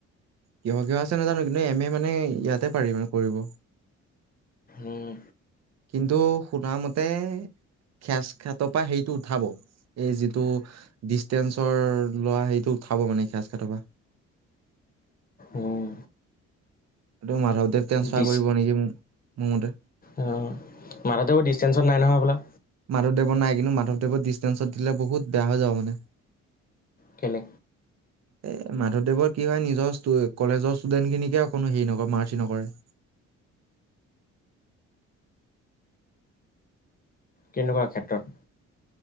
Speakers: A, on the right; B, on the left.
A: কিহৰ -কিহৰ আছে নাজানো, কিন্তু এম এ মানে ইয়াতে পাৰি মানে কৰিব,
B: উম,
A: কিন্তু শুনা মতে খেৰাচ খাটৰ পৰা সেইটো উঠাব এই যিটো ডিষ্টেঞ্চৰ লোৱা সেইটো উঠাব মানে খেৰাচ খাতৰপা।
B: উম,
A: সেটো মাধৱদেৱ ট্ৰেন্ঞ্চফাৰ
B: ডিচ
A: কৰিব নেকি মোক মোৰ মতে
B: অ', মাধৱদেৱৰ দিষ্টেঞ্চত নাই নহয় হ'বলা।
A: মাধৱদেৱৰ নাই কিন্তু মাধৱদেৱত ডিচষ্টেঞ্চত দিলে বহুত বেয়া হৈ যাব মানে,
B: কেলে
A: এ মাধৱদেৱৰ কি হয় নিজৰ কলেজৰ ষ্টুডেন্ট খিনিকে অকোনো হেৰি নকৰে মাৰ্চি নকৰে।
B: কেনেকুৱা ক্ষেত্ৰত।